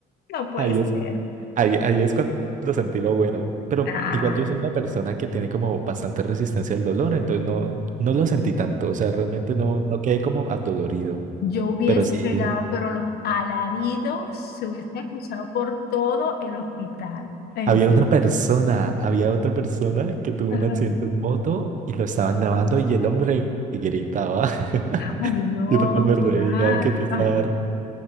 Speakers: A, on the left; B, on the right.
A: No puede
B: ahí es,
A: ser.
B: ahí, ahí es cuando sentí lo bueno. Pero
A: ah.
B: igual yo soy una persona que tiene como bastante resistencia al dolor, entonces no, no lo sentí tanto, o sea, realmente no, no quedé como adolorido,
A: Yo hubiese
B: pero sí.
A: pegado, pero los alaridos se hubiesen escuchado por todo el hospital. En-
B: Había una persona, había otra persona que tuvo
A: Ajá.
B: un accidente en moto y lo estaban lavando y el hombre gritaba. <laughs>
A: Ay, no,
B: Yo también
A: claro.
B: me reía, que pesar.
A: Ah,